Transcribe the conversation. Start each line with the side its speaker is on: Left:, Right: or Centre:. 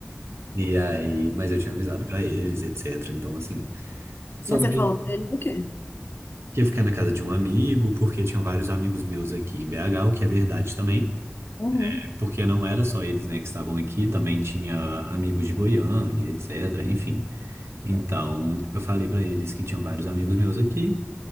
Right: E aí, mas eu tinha avisado pra eles, etc. Então, assim, só
Left: Mas
Right: que
Left: Você falou
Right: eu
Left: pra eles o quê?
Right: ia ficar na casa de um amigo, porque tinha vários amigos meus aqui em BH, o que é verdade também,
Left: Uhum,
Right: porque não era só eles, né, que estavam aqui, também tinha amigos de Goiânia, etc. Enfim, então eu falei pra eles que tinham vários amigos meus aqui,